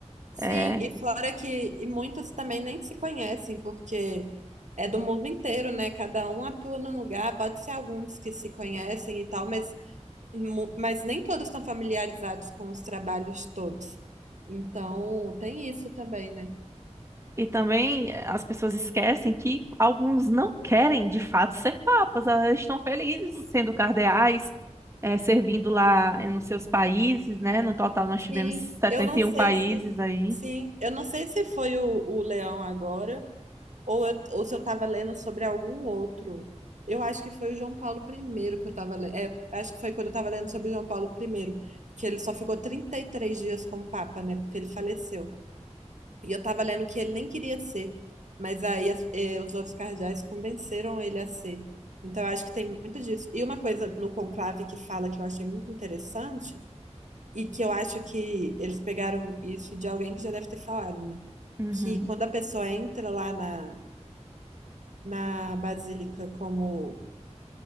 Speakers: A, on the right; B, on the right.
A: Sim,
B: É,
A: e fora que e muitos também nem se conhecem, porque é do mundo inteiro, né? Cada um atua num lugar, pode ser alguns que se conhecem e tal, mas, mu- mas nem todos estão familiarizados com os trabalhos de todos. Então, tem isso também, né?
B: E também eh, as pessoas esquecem que alguns não querem de fato ser papas, elas estão felizes sendo cardeais, eh, servindo lá eh, nos seus países, né? No total nós
A: Sim,
B: tivemos setenta
A: eu não
B: e
A: sei
B: um países
A: se.
B: aí.
A: Sim, eu não sei se foi o, o Leão agora, ou, eu- ou se eu estava lendo sobre algum outro. Eu acho que foi o João Paulo primeiro que eu estava lendo. É, acho que foi quando eu estava lendo sobre o João Paulo primeiro que ele só ficou 33 dias como Papa, né? Porque ele faleceu. E eu estava lendo que ele nem queria ser, mas aí as- eh, os outros cardeais convenceram ele a ser. Então, eu acho que tem muito disso. E uma coisa no conclave que fala que eu achei muito interessante e que eu acho que eles pegaram isso de alguém que já deve ter falado, né?
B: Uhum,
A: Que quando a pessoa entra lá na, na Basílica como